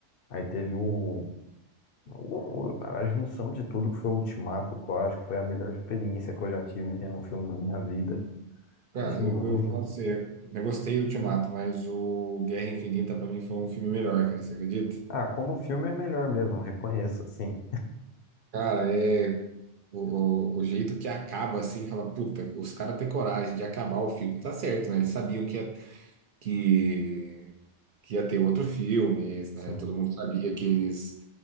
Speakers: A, on the left; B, on the right.
A: Aí teve o, o- a junção de tudo que foi o Ultimato, que eu acho que foi a melhor experiência que eu já tive vendo um filme na minha vida,
B: Cara,
A: de longe.
B: eu, eu falo pra você, eu gostei do Ultimato, mas o Guerra Infinita pra mim foi um filme melhor, cara, você acredita?
A: Ah, como filme é melhor mesmo, reconheço, sim,
B: Cara, é o, o, o jeito que acaba assim, fala, puta, os caras têm coragem de acabar o filme. Tá certo, né? Eles sabiam que ia, que, que ia ter outro filme,
A: sim,
B: né? Todo mundo sabia que eles